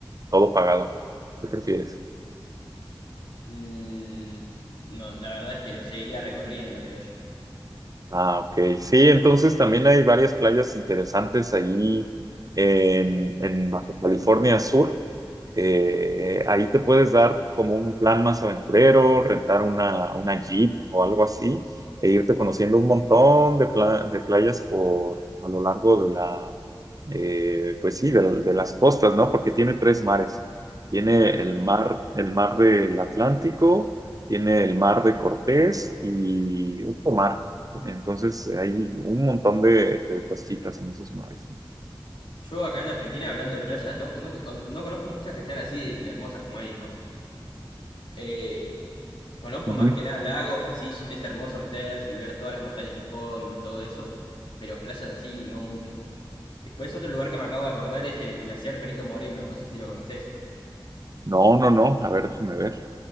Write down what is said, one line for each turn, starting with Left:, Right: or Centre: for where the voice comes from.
Right: todo pagado? ¿Qué prefieres?
Left: Mm, no, la verdad es que no seguiría recorriendo, creo yo.
Right: Ah, ok. Sí, entonces también hay varias playas interesantes ahí en, en Baja California Sur. Eh, ahí te puedes dar como un plan más aventurero, rentar una, una Jeep o algo así, e irte conociendo un montón de, pla- de playas por a lo largo de la, eh, pues sí, de, de las costas, ¿no? Porque tiene tres mares. Tiene
Left: Claro.
Right: el mar, el mar del Atlántico, tiene el mar de Cortés y otro mar. Entonces hay un montón de, de costitas en esos mares. ¿no?
Left: Yo acá en Argentina, hablando de playas, no, no, no conozco muchas que sean así de, de hermosas como ahí, ¿no? Eh, Conozco
Right: Ujú.
Left: más que nada lagos, que sí es hermoso meterse y ver todas las montañas de fondo y todo eso, pero playas así no mucho. Después otro lugar que me acabo de acordar es el glaciar Perito Moreno, no sé si lo conoces.
Right: No, no, no. A ver, déjeme ver.